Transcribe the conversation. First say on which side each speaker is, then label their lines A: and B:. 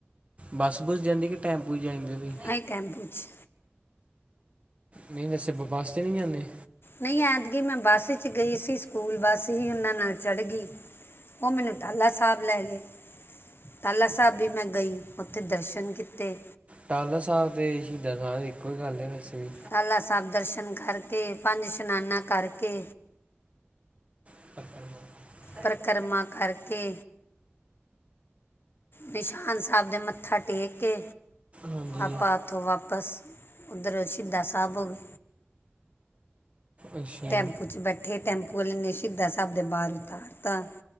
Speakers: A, on the right; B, on the left.
A: ਬੱਸ ਬੁੱਸ ਜਾਂਦੀ ਕਿ ਟੈਂਪੂ ਜਾਂਦੇ ਵੀ
B: ਆਂ ਟੈਂਪੂ '
A: ਨਹੀਂ ਵੈਸੇ ਵੱਸ ਨਹੀਂ ਜਾਂਦੇ
B: ਨਹੀਂ ਐਤਗੀ ਮੈਂ ਬੱਸ ਵਿੱਚ ਗਈ ਸੀ ਸਕੂਲ ਬੱਸ ਹੀ ਉਹਨਾਂ ਨਾਲ ਚੜ੍ਹ ਗਈ ਉਹ ਮੈਨੂੰ ਟਲਾ ਸਾਬ ਲੈ ਗਏ ਤਾਲਾ ਸਾਹਿਬ ਵੀ ਮੈਂ ਗਈ ਉੱਥੇ ਦਰਸ਼ਨ ਕੀਤੇ
A: ਟਾਹਰ ਸਾਹਿਬ ਤੇ ਸ਼ਹੀਦਾਂ ਸਾ ਇੱਕੋ ਹੀ ਗੱਲ ਹੈ ਵੈਸੇ ਵੀ
B: ਲਾਲਾ ਸਾਹਿਬ ਦਰਸ਼ਨ ਕਰਕੇ ਪੰਜ ਇਸ਼ਨਾਨਾ ਕਰਕੇ
A: ਪਤਰ
B: ਪਰਿਕਰਮਾ ਕਰਕੇ ਨਿਸ਼ਾਨ ਸਾਹਿਬ ਦੇ ਮੱਥਾ ਟੇਕ ਕੇ
A: ਹਾਂਜੀ
B: ਆਪਾਂ ਉੱਥੋਂ ਵਾਪਸ ਉੱਧਰ ਸ਼ਹੀਦਾ ਸਾਹਿਬ ਹੋ ਗਏ
A: ਅੱਛਾ
B: ਟੈਂਮਪੂ ਚ ਬੈਠੇ ਟੈਂਪੂ ਵਾਲੇ ਸਿੱਧਾ ਸ਼ਬਦ ਬਾਹਰ ਉਤਾਰਤਾ